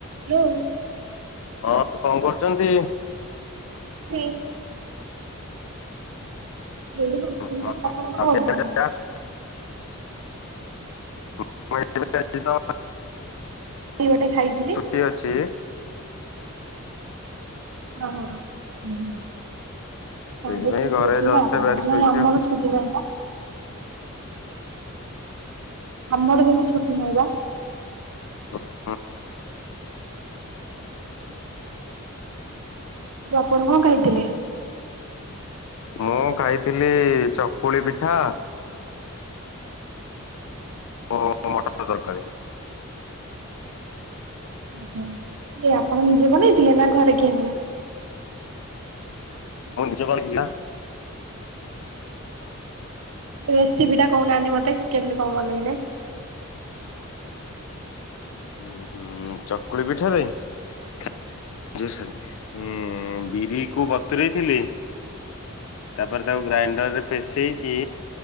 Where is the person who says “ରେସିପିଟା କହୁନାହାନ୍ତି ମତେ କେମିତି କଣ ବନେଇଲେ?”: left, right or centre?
Right